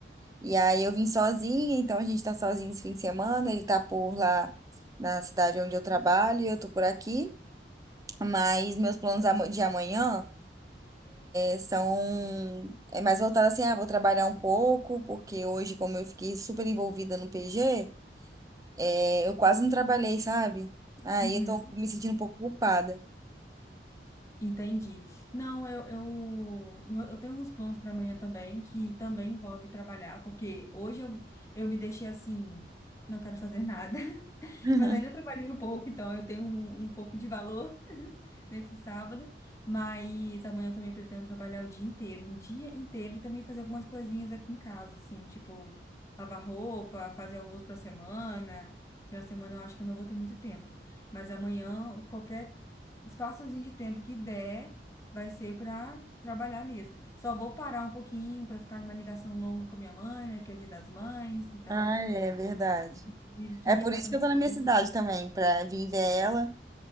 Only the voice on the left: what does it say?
uhum,
entendi. Não, eu, eu, eu tenho uns planos para amanhã também, que também envolve trabalhar, porque hoje eu, eu me deixei assim, não quero fazer <laughs> nada.
Mas ainda trabalhei um pouco, então eu tenho um, um pouco de valor <laughs> nesse sábado. Mas amanhã eu também pretendo trabalhar o dia inteiro, um dia inteiro, e também fazer algumas coisinhas aqui em casa, assim, tipo lavar roupa, fazer almoço para semana. Para semana eu acho que eu não vou ter muito tempo. Mas amanhã, qualquer espaçozinho de tempo que der, vai ser para trabalhar mesmo. Só vou parar um pouquinho para ficar em uma ligação longa com a minha mãe, né? Porque é o dia das mães, então,
inclusive, queria
estar
com a
minha
mãe.